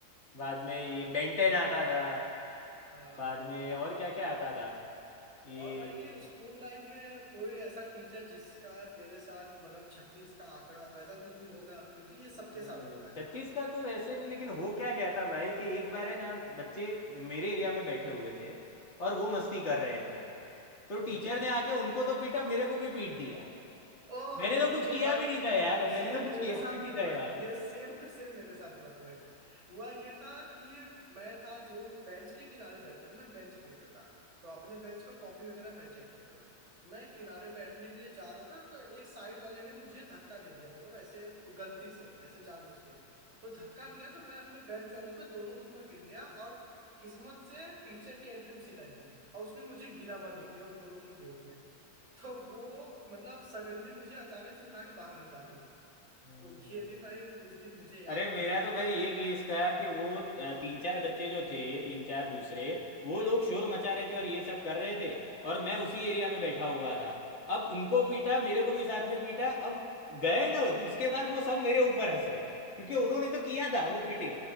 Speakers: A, on the left (about 45°); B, on the right (about 50°).
A: बाद में
B: हाँ
A: ये बेंटेन आता था
B: हाँ
A: बाद में और क्या क्या आता था ये
B: और भाई ये स्कूल लाइफ में कोई ऐसा टीचर जिसका तेरे साथ मतलब छत्तीस का आंकड़ा हो ऐसा कुछ भी होगा क्योंकि ये सबके
A: नहीं
B: साथ होता है
A: छत्तीस का तो वैसे नहीं लेकिन हो क्या गया था भाई कि एक बार है ना बच्चे मेरे एरिया में बैठे हुए थे और वो मस्ती कर रहे थे तो
B: तो
A: टीचर ने आके उनको तो पीटा मेरे को भी पीट दिया
B: ओ
A: मैंने
B: ये
A: तो कुछ
B: ये
A: किया
B: भाई
A: भी नहीं
B: <laughs>
A: था यार
B: ये
A: मैंने तो कुछ
B: मेरे
A: किया
B: साथ
A: भी नहीं
B: भी हुआ
A: था यार
B: है ये सेम टू सेम मेरे साथ हुआ था भाई हुआ ये था कि मैं था जो बेंच के किनारे बैठता था मैं बेंच लीडर था तो अपने बेंच का कॉपी वगैरह मैं चेक करता था मैं किनारे बैठने के लिए जा रहा था तो एक साइड वाले ने मुझे धक्का दे दिया मतलब ऐसे गलती से ऐसे जानबूझ के तो धक्का दिया तो मैं अपने बेंच वालों पे दोनों के ऊपर गिर गया और किस्मत से टीचर की एंट्री उसी टाइम हुई और उसने मुझे गिरा हुआ देख लिया उन दोनों की गोद में तो वो मतलब सडनली मुझे अचानक से उठा के बाहर निकाल दी तो
A: हम्म
B: ये भी भाई उस दिन मुझे याद
A: अरे मेरा
B: था कि
A: तो भाई ये केस था कि वो अ, तीन चार बच्चे जो थे तीन चार दूसरे वो लोग शोर मचा रहे थे और ये सब कर रहे थे और मैं उसी एरिया में बैठा हुआ था अब उनको
B: तो
A: पीटा मेरे को भी साथ में पीटा अब गए ना उसके बाद वो सब मेरे ऊपर हंस रहे क्योंकि उन्होंने तो किया था वो पीटे